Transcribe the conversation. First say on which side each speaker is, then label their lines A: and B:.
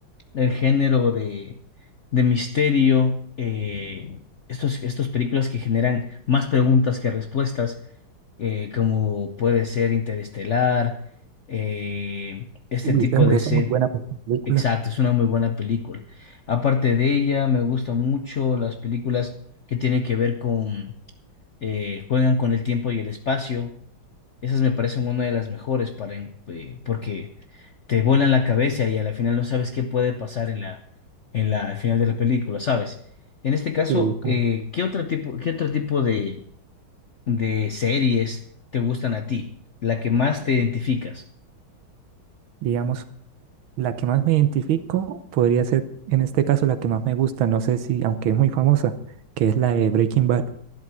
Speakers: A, on the left; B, on the right.
A: el género de, de misterio, eh, estos, estos películas que generan más preguntas que respuestas eh, como puede ser Interestelar, eh, este
B: Uy,
A: tipo
B: esa,
A: de
B: esa
A: serie.
B: es muy buena película.
A: Exacto, es una muy buena película. Aparte de ella, me gustan mucho las películas que tienen que ver con, eh, juegan con el tiempo y el espacio. Esas me parecen una de las mejores para, en- eh, porque te vuelan la cabeza y a la final no sabes qué puede pasar en la, en la, al final de la película, ¿sabes? En este caso,
B: Sí, como,
A: eh, ¿qué otro tipo, qué otro tipo de de series te gustan a ti? La que más te identificas.
B: digamos. La que más me identifico podría ser, en este caso, la que más me gusta, no sé si, aunque es muy famosa, que es la de Breaking Bad.